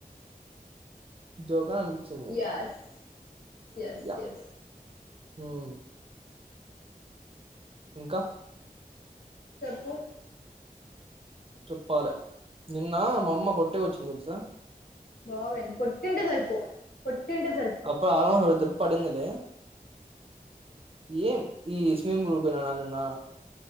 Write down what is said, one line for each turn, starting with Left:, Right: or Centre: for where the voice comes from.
Right: జోకా అనిపించింది నీకు.
Left: Yes yes
Right: yeah!
Left: ఎస్
Right: హ్మ్ ఇంక
Left: చెప్పు
Right: చెప్పాలి నిన్న మా అమ్మ కొట్టుకు వచ్చింది తెల్సా
Left: బ్బా విడినీ కొట్టింటే సరిపోవు కొట్టింటే సరిపోవు
Right: అప్పుడు ఆల్మోస్ట్ ఒక దెబ్బ పడిందిలే ఏం ఈ స్విమ్ గ్రూపేనానా నిన్న